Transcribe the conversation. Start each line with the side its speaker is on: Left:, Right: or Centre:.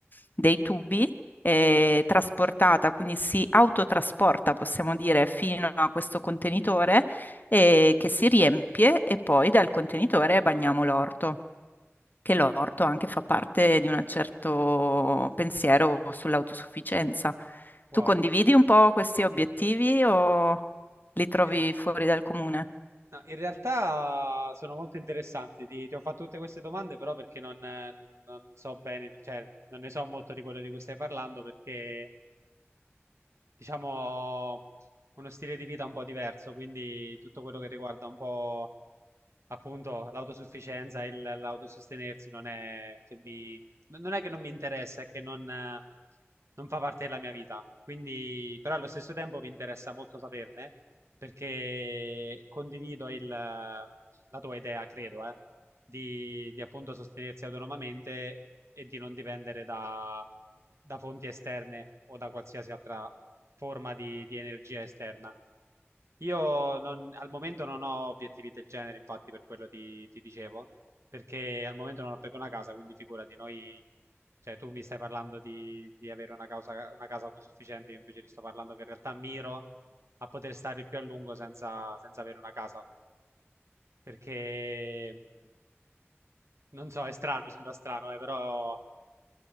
Left: dei tubi eh, trasportata, quindi si autotrasporta, possiamo dire, fino a questo contenitore eh, che si riempie e poi dal contenitore bagniamo l'orto. Che l'orto anche fa parte di un certo pensiero sull'autosufficienza.
Right: Wow.
Left: Tu condividi un po' questi obiettivi o li trovi
Right: Ed-
Left: fuori dal comune?
Right: No, in realtà sono molto interessanti. Ti, ti ho fatto tutte queste domande, però perché non, eh, non so bene, cioè non ne so molto di quello di cui stai parlando, perché diciamo, uno stile di vita un po' diverso, quindi tutto quello che riguarda un po' appunto l'autosufficienza, il- l'autosostenersi non è che mi, non è che non mi interessa, è che non, eh, non fa parte della mia vita. Quindi, però allo stesso tempo mi interessa molto saperne perché condivido il, la tua idea, credo, eh, di, di appunto sostenersi autonomamente e di non dipendere da da fonti esterne o da qualsiasi altra forma di, di energia esterna. Io non- al momento non ho obiettivi del genere, infatti, per quello ti, ti dicevo, perché al momento non ho proprio una casa, quindi figurati, noi, cioè tu mi stai parlando di, di avere una causa- una casa autosufficiente, io invece ti sto parlando che in realtà miro a poter stare il più a lungo senza, senza avere una casa, perché non so, è strano, sembra strano, eh, però